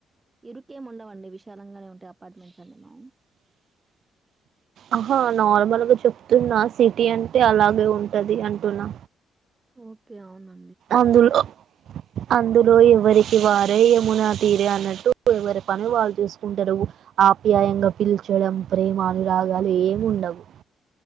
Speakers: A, on the right; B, on the right.
A: ఇరుకేము ఉండవండి విశాలంగానే ఉంటే అపార్ట్మెంట్స్ అండి మ
B: ఆహా నార్మల్గా చెప్తున్నా సిటీ అంటే అలాగే ఉంటది అంటున్నా
A: ఓకే అవునా
B: అందులో అందులో ఎవరికి వారే మునా తీరే అన్నట్టు ఎవరి పను వాళ్ళు చూసుకుంటారు ఆప్యాయంగా పిల్చడం ప్రేమ అనురాగాలు ఏము ఉన్నవు